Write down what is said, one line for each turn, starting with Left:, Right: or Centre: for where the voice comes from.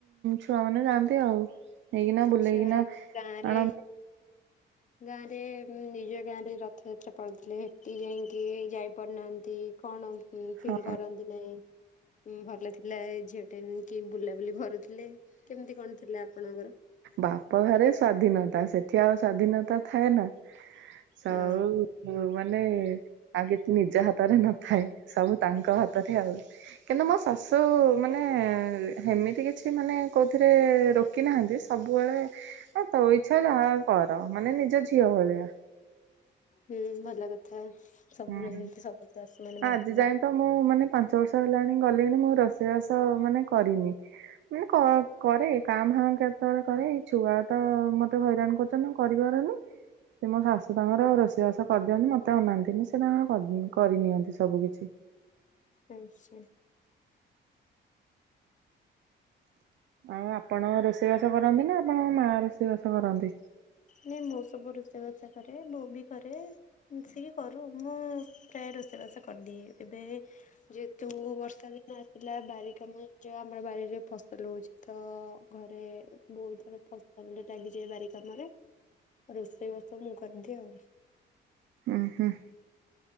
Right: ଛୁଆ ମାନେ ଯାଆନ୍ତି ଆଉ ହେଇକିନା ବୁଲେଇକିନା
Left: ସେ ଗାଁରେ
Right: ଆଣନ୍ତି।
Left: ଗାଁରେ ନିଜ ଗାଁରେ ରଥଯାତ୍ରା ପାଳୁ ଥିଲେ ସେଠି ଯାଇକି ଯାଇପାରୁନାହାନ୍ତି। କଣ? ଫିଲ୍
Right: ହଁ
Left: କରନ୍ତି ନାଇଁ ଭଲ ଥିଲା ଝିଅ ଟେ ଏମ୍ କି ବୁଲାବୁଲି କରୁ ଥିଲେ କେମିତି କଣ ଥିଲେ ଆପଣଙ୍କର?
Right: ବାପ ଘରେ ସ୍ଵାଧୀନତା ସେଠି ଆଉ ସ୍ଵାଧୀନତା ଥାଏ ନା। ସଉ।
Left: ହଁ
Right: ଯୋଉ ମାନେ ଆଉ କିଛି ନିଜ ହାତରେ ନଥାଏ ସବୁ ତାଙ୍କ ହାତରେ ଆଉ। କିନ୍ତୁ ମୋ ଶାଶୁ ମାନେ ସେମିତି କି କିଛି ମାନେ କୋଉ ଥିରେ ରୋକି ନାହାନ୍ତି ସବୁବେଳେ ଏ ତୋ ଇଚ୍ଛା ଯାହା କର ମାନେ ନିଜ ଝିଅ ଭଳିଆ।
Left: ହୁଁ ଭାଗ୍ୟ କଥା ସବୁବେଳେ
Right: ହୁଁ।
Left: ଏମତି ସବୁ ଶାଶୁ ମାନେ
Right: ଆଜି
Left: ଭାବିଲେ
Right: ଯାଏଁ ତ ମୁଁ ମାନେ ପାଞ୍ଚ ବର୍ଷ ହେଲାଣି ଗଲିଣି ମୁଁ ରୋଷେଇବାସ ମାନେ କରିନି। ମାନେ କ କରେ କାଁ ଭାଁ କେତେବେଳେ କରେ ଏଇ ଛୁଆ ତ ମତେ ହଇରାଣ କର୍ କାମ କରିପାରୁନି ସେ ମୋ ଶାଶୁ ତାଙ୍କର ରୋଷେଇବାସ କରିଦିଅନ୍ତି ମତେ ଅନାନ୍ତିନି। ସେ ତାଙ୍କର କରି ଦି କରି ନିିଅନ୍ତି ସବୁ କିଛି।
Left: ଆଚ୍ଛା।
Right: ଆଉ ଆପଣ ରୋଷେଇବାସ କରନ୍ତି ନା ଆପଣଙ୍କ ମା ରୋଷେଇ ବାସ କରନ୍ତି?
Left: ନାଇଁ ମୁଁ ସବୁ ରୋଷେଇବାସ କରେ ବୋଉ ବି କରେ। ମିଶିକି କରୁ ମୁଁ ପ୍ରାୟ ରୋଷେଇବାସ କରିଦିଏ। ଏବେ ଯେହେତୁ ବର୍ଷା ଦିନ ଆସିଲା ବାରି କାମ ହେଇଛି ଆମର ବାରିରେ ଫସଲ ହଉଛି। ତ ଘରେ ବହୁତଥର ଫସଲ ଲାଗିଯାଏ ବାରି କାମରେ। ରୋଷେଇବାସ ମୁଁ କରିଦିଏ ଅଉ।
Right: ଉଁ ହୁଁ।